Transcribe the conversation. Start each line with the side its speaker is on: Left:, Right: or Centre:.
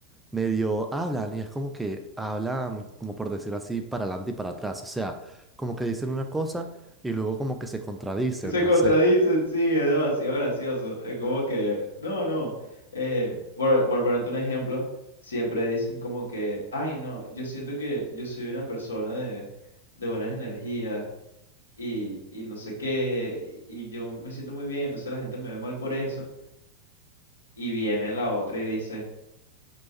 Centre: medio hablan y es como que hablan, como por decir así, para adelante y para atrás. O sea, como que dicen una cosa y luego como que se contradicen,
Left: Se
Centre: no
Left: contradicen,
Centre: sé.
Left: sí, es demasiado gracioso. Es como que, no, no. eh, por, por ponerte un ejemplo, siempre dicen como que, ay, no, yo siento que yo soy una persona de, de buenas energías y, y no sé qué, y, y yo me siento muy bien, entonces la gente me ve mal por eso. Y viene la otra y dice,